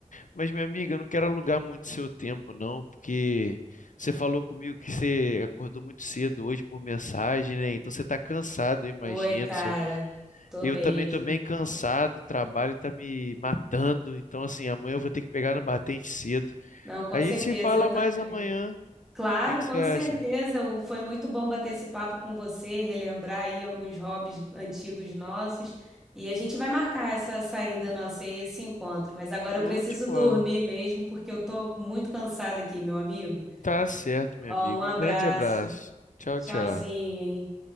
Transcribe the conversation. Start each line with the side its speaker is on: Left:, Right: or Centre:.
Left: Mas, minha amiga, eu não quero alugar muito seu tempo, não, porque você falou comigo que você acordou muito cedo hoje por mensagem, né? Então você está cansado, eu imagino.
Centre: Foi, cara.
Left: seu-
Centre: Tô
Left: Eu
Centre: mesmo.
Left: também estou bem cansado, o trabalho está me matando. Então, assim, amanhã eu vou ter que pegar no batente cedo.
Centre: Não, com
Left: A
Centre: certeza,
Left: gente se fala
Centre: eu também.
Left: mais amanhã. O
Centre: Claro,
Left: que que
Centre: com
Left: você acha?
Centre: certeza. o- Foi muito bom bater esse papo com você, relembrar aí alguns hobbies antigos nossos. E a gente vai marcar essa saída nossa aí, esse encontro. Mas agora
Left: Show
Centre: eu preciso
Left: de bola.
Centre: dormir mesmo, porque eu tô muito cansada aqui, meu amigo.
Left: Tá certo, meu
Centre: Ó,
Left: amigo.
Centre: um abraço.
Left: Um grande abraço. Tchau,
Centre: Tchauzinho,
Left: tchau.
Centre: hein?